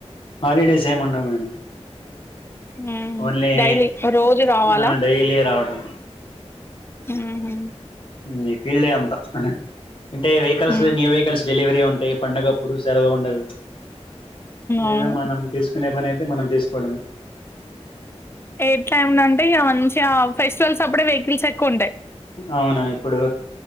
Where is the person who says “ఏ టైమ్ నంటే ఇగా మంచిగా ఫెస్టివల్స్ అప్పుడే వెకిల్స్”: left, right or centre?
Left